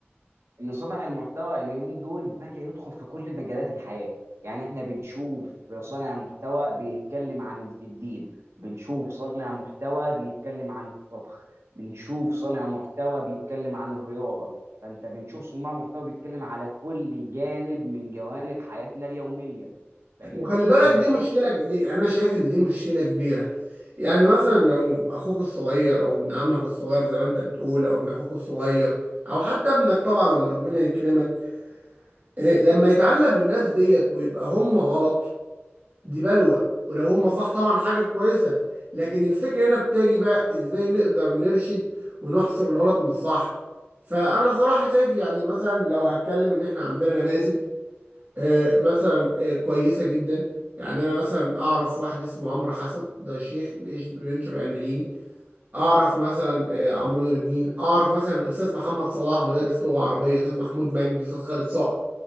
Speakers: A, on the right; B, on the right.
A: ان صانع المحتوى اليومين دول بقى يدخل في كل مجالات الحياه يعني احنا بنشوف صانع محتوى بيتكلم عن ال- في الدين بنشوف صانع محتوى بيتكلم عن الطبخ بنشوف صانع محتوى بيتكلم عن الرياضه فانت بنشوف صناع محتوى بيتكلم على كل جانب من جوانب حياتنا اليوميه فإذا
B: وخلي بالك دي مشكلة ج- دي انا شايف ان دي مشكلة كبيرة يعني مثلا لو اخوك الصغير او ابن عمك الصغير زي ما انت بتقول او ابن اخوك الصغير او حتى ابنك طبعا لما ربنا يكرمك إيه، لما يتعلق بالناس ديت ويبقى هم غلط دي بلوى ولو هم صح طبعا حاجة كويسة لكن الفكرة هنا بتاجي بقى ازاي نقدر نرشد ونحصر الغلط من الصح فأنا صراحة شايف يعني مثلا لو هتكلم إن إحنا عندنا نماذج آه، مثلا آه، كويسة جدا يعني أنا مثلا أعرف واحد اسمه عمرو حسن ده شيخ بيش- بينشر علم ديني اعرف مثلا آه، عمرو نور الدين اعرف مثلا الاستاذ محمد صلاح مدرس لغه عربيه استاذ محمود مجدي استاذ خالد صقر